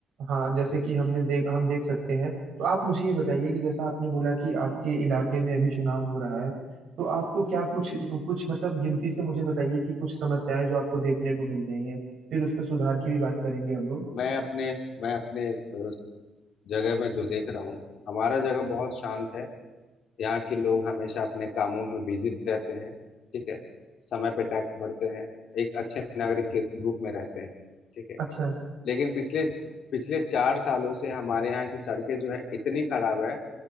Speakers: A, on the right; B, on the left.
A: हाँ जैसे
B: बिल्कुल
A: कि हमने देख हम देख सकते हैं तो आप मुझे ये बताइए कि जैसा आपने बोला कि आपके इलाके में अभी चुनाव हो रहा है तो आपको क्या कुछ
B: जी
A: कुछ मतलब गिनती से मुझे बताइए कि कुछ समस्याएं जो आपको देखने को मिल रही हैं फिर उस पर सुधार की भी बात करेंगे हम लोग
B: मैं अपने मैं अपने अ, जगह में जो देख रहा हूँ हमारा जगह बहुत शांत है यहाँ के लोग हमेशा अपने कामों में बिजी रहते हैं ठीक है समय पे टैक्स भरते हैं एक अच्छे नागरिक के रूप में रहते हैं ठीक है
A: अच्छा
B: लेकिन पिछले पिछले चार सालों से हमारे यहाँ की सड़कें जो है इतनी खराब है